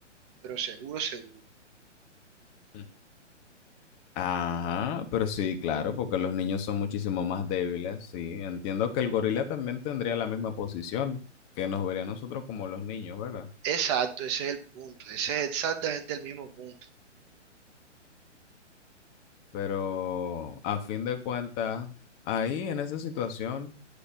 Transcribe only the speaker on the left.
Mm. Ajá, pero sí, claro, porque los niños son muchísimo más débiles, sí. Entiendo que el gorila también tendría la misma posición, que nos vería a nosotros como los niños, ¿verdad?
Pero a fin de cuentas, ahí en esa situación...